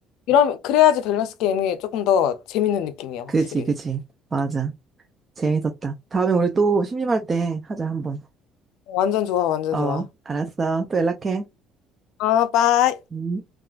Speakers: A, on the left; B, on the right.
A: 이런 그래야지 밸런스 게임이 조금 더 재밌는 느낌이야 확실히
B: 그지, 그지. 맞아. 재밌었다. 다음에 우리 또 심심할 때 하자, 한번.
A: 완전 좋아 완전
B: 어,
A: 좋아
B: 알았어. 또 연락해.
A: 아 빠이
B: 음.